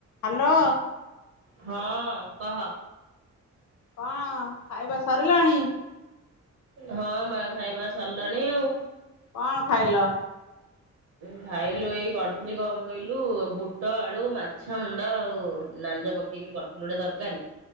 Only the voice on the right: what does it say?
ହଁ କହ।
ହଁ ବା ଖାଇବା ସରିଲାଣି ଆଉ।
ଖାଇଲୁ ଏଇ କରିଥିଲି କଣ କହିଲୁ ବୁଟ, ଆଳୁ, ମାଛ ମୁଣ୍ଡ ଆଉ ନାଞ୍ଜ ପ କେଇକିି କରିଥିଲୁ ଗୋଟେ ତରକାରୀ।